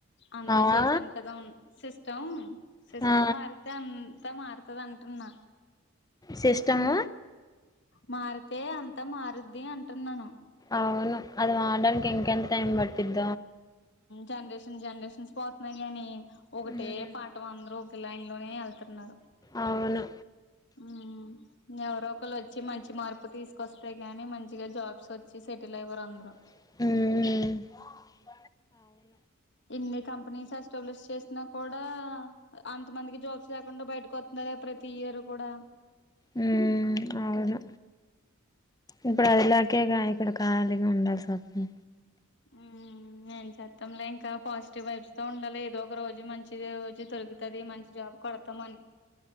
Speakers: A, on the left; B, on the left.
A: అందరు
B: అవా
A: చేసాం కదా సిస్టమ్ సిస్టమ్
B: ఆ
A: మారితే అ అంత మారుతుంది అంటున్నా
B: సిస్టమ్
A: మారితే అంతా మారుద్ది అంటున్నాను
B: అవును అది ఆడానికి ఇంకెంత టైమ్ పడుతుంది
A: జనరేషన్ జనరేషన్స్ పోతున్నాయి్ గాని ఒకటే
B: ఉమ్
A: పాఠం అందరుూ ఒక లైన్లోనే ఎళ్తున్నారు
B: అవ్ను
A: మ్ ఎవరో ఒకరు వచ్చి మంచి మా మార్పు తీస్కొస్తే గాని మంచిగా జాబ్స్ వచ్చి సెటిల్ అయివారు అందరు
B: మ్
A: ఇన్ని కంపెనీస్ ఎస్టాబ్లిష్ చేసిన కూ డా అంత మందికి జాబ్స్ లేకుండా బయటికొస్తున్నారే ప్రతి ఇయర్ కూడా
B: మ్ అవును ఇప్పుడు అది లా కేగా ఇక్కడ కాలిగా ఉండాల్స్ వస్తుం
A: మ్ ఏం చెత్తంలే ఇంకా పాజిటివ్ వైబ్స్తో ఉండాలి ఏదో ఒక రోజు మంచిది రోజు తొ జరుగుతుది మంచి జాబ్ కొడతామని